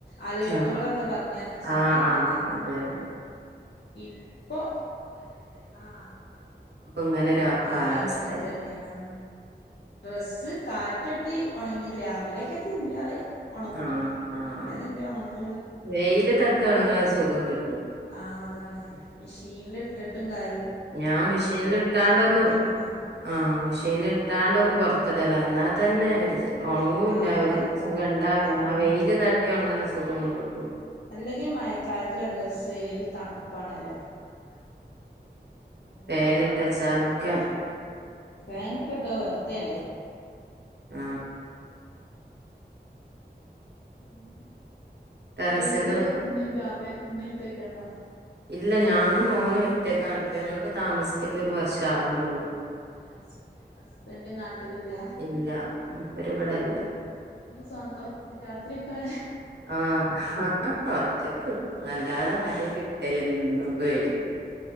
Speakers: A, on the left (about 70°); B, on the right (about 75°).
A: അലേർട്ടുകളൊക്കെ
B: ആ
A: പറഞ്ഞ സമയാണല്ലോ
B: ആ ആ
A: അന്ന്
B: അതെ അതെ
A: ഇപ്പൊ ആ
B: ഇങ്ങനെ ഒരു കാലാവസ്ഥയാണ്
A: ആ ഇങ്ങനെ തന്നെണ് ഡ്രസ്സ് കാറ്റട്ടി ഒണങ്ങിയത് രാവിലെയൊക്കെ തിരുമ്മിയാല് ഒണങ്ങും
B: ആഹ് ആഹ്
A: പിന്നെതിരുമ്പിയാഉണങ്ങ
B: ആഹ് വെയില് ത ട്ട് ഒണങ്ണെ സുഖം കി
A: ആ അതാണ് മെഷീനില്ഇട്ടിട്ടും കാര
B: ഞാൻ മെഷീനിൽ ഇട്ടാണ്ടൊന്ന്
A: മണാണ്
B: ആ മെഷീനി ഇട്ടാണ്ട ഒന്ന് പുറത്ത് ടല ന്നാത്തെന്നെ ഒരു ഒണങ്ങൂല്ല
A: ആഹ് അതാ
B: ഒരു
A: ഒണങ്ങൂല
B: സുഖം ഉണ്ടാവില്ല നമ്മളആ
A: ഉം
B: വെയില് തട്ടി ഒണങ്ങനെ സുഖോന്നും കി
A: അല്ലെങ്കിൽ മഴക്കാലത്തിലെ ഡ്രസ്സ് ഒരു തണുപ്പാണല്ലോ ഒണങ്ങി
B: ഫാന്ഇട്ടെച്ചാലൊക്കെ
A: ഫാനൊക്ക്ട്ടാ വെറുതേണ്
B: ആ
A: പിന്നെ
B: ടെറസിന്റെ
A: വീട്ടില് ഉമ്മ ബാപ്പയും ഉമ്മ ഉപ്പയെക്കെ ഉണ്ടോ
B: ഇല്ല ഞാനും മോനും ഒറ്റക്കാണിപ്പം ഞങ്ങൾക്ക് താമസിച്ചിട്ട് ഒരു വർഷം ആവ്ണൊള്ളു
A: ഹസ് ഹസ്ബന്റ്നാട്ടിലില്ല
B: ഇല്ല മൂപ്പര് ഇവിടെല്ല
A: നിങ്ങള് സ്വ രാത്രി ക്കെ
B: ആഹ ഒറ്റക്ക് വക്കും അല്ലാതെ ആര കിട്ട എന്നും പേടിക്ക്